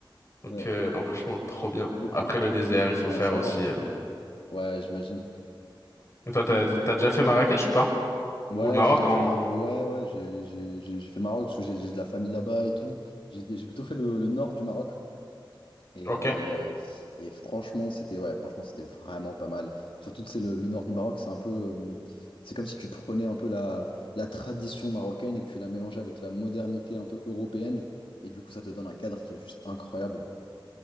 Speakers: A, on the left (about 35°); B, on the left (about 80°).
A: Donc,
B: Ouais,
A: euh, non, franchement, trop bien.
B: ok.
A: Après le désert,
B: Bah écoute,
A: il faut
B: bon
A: faire
B: à savoir.
A: aussi.
B: hein.
A: euh,
B: Ouais, j'imagine.
A: et Toi, t'as, t'as déjà fait Marrakech ou pas?
B: Ouais,
A: Ou le Maroc
B: j'ai déjà
A: en...
B: fait ma... Ouais, ouais, j'ai j'ai- j'ai- j'ai fait Maroc parce que j'ai j'ai de la famille là-bas et tout. J'ai j'ai plutôt fait le, le nord du Maroc. Et,
A: Ok.
B: euh, et franchement, c'était ouais, franchement, c'était vraiment pas mal. Surtout, c'est le, le nord du Maroc, c'est un peu, euh, c'est comme si tu prenais un peu la, la tradition marocaine et que tu la mélangeais avec la modernité un peu européenne. Et du coup, ça te donne un cadre qui est juste incroyable.